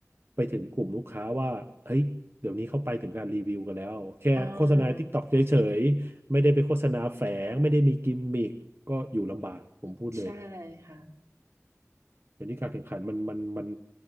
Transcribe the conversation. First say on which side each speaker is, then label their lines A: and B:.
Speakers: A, on the right; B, on the right.
A: ไปถึงกลุ่มลูกค้าว่าเฮ้ยเดี๋ยวนี้เข้าไปถึงการรีวิวกันแล้วแค่โฆษณา
B: อ่า
A: TikTok เฉยๆไม่ได้ไปโฆษณาแฝงไม่ได้มีกิมมิคก็อยู่ลำบากผมพูดเลย
B: ใช่ค่ะ
A: เดี๋ยวนี้การแข่งขันมันมันมัน